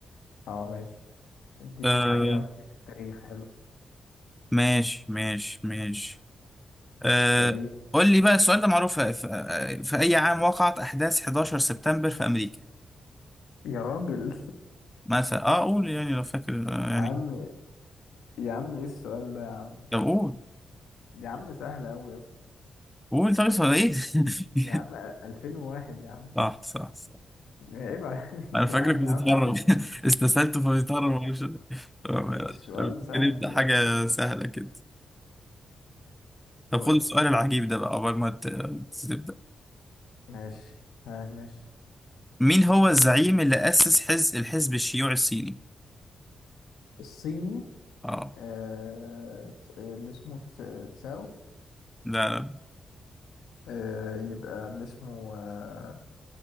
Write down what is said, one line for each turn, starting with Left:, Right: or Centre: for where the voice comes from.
Left: اه ماشي اديني
Centre: آه
Left: حاجة ممكن في التاريخ حلو
Centre: ماشي ماشي ماشي آه
Left: تاريخ
Centre: قول لي بقى السؤال ده معروف في, في, في اي عام وقعت احداث 11 سبتمبر في امريكا
Left: يا راجل
Centre: مثلا اه قول يعني لو فاكر
Left: <laughs>
Centre: آه، يعني
Left: يا عم يا عم ايه السؤال ده يا عم
Centre: طب قول
Left: يا عم سهل اوي يا اسطى
Centre: قول طيب صار ايه <laughs>
Left: يا عم 2001 يا عم
Centre: صح صح صح
Left: عيب عليك
Centre: انا فاكرك
Left: يا عم
Centre: بتتهرب
Left: يا عم انا عرفت
Centre: <laughs> استسهلته فبيتهرب
Left: السؤال
Centre: معرفش <laughs> طب يلا،
Left: السؤال
Centre: يلا،
Left: سهل
Centre: نبدا
Left: يا
Centre: حاجه
Left: ابني
Centre: سهله كده طب
Left: طيب
Centre: خد السؤال العجيب ده بقى قبل ما ت- تبدا
Left: ماشي ها ماشي
Centre: مين هو الزعيم اللي اسس حزب الحزب الشيوعي الصيني
Left: الصيني
Centre: اه
Left: آه ت- اللي اسمه تس- تساو
Centre: لا لا <laughs>
Left: آه يبقى اللي اسمه آه